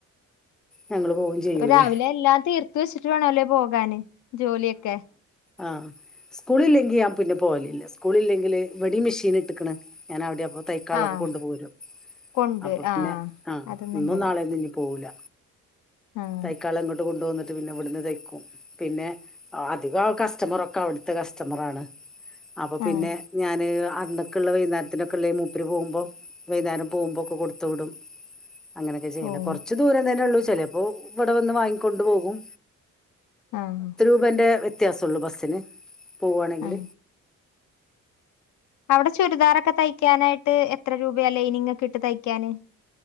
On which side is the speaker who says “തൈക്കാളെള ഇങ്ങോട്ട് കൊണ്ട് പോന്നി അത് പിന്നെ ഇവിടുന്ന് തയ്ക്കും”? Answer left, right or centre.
Centre